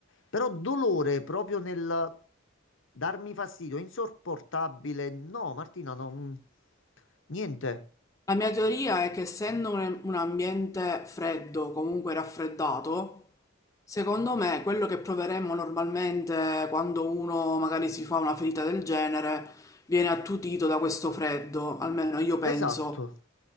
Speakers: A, on the left; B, on the left.
A: Però dolore proprio nel darmi fastidio, insopportabile. No, Martina, non... niente.
B: La mia teoria è che essendo un un ambiente freddo, comunque raffreddato, secondo me quello che proveremmo normalmente quando uno magari si fa una ferita del genere viene attutito da questo freddo, almeno io penso.
A: Esatto.